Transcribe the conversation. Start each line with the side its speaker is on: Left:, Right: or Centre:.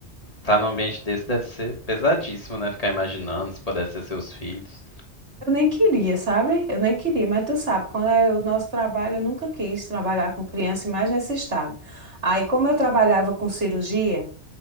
Left: tá num ambiente desse deve ser pesadíssimo, né? Ficar imaginando se pudesse ser seus filhos.
Right: Eu nem queria, sabe? Eu nem queria, mas tu sabe, quando é o nosso trabalho, eu nunca quis trabalhar com criança, mais nesse estado. Aí, como eu trabalhava com cirurgia,